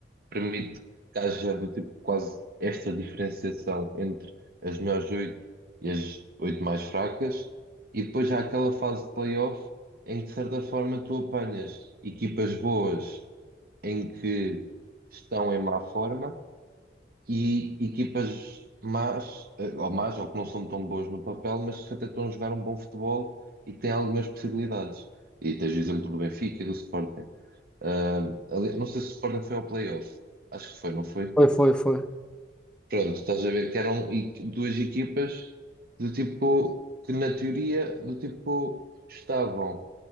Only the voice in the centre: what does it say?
Foi, foi, foi.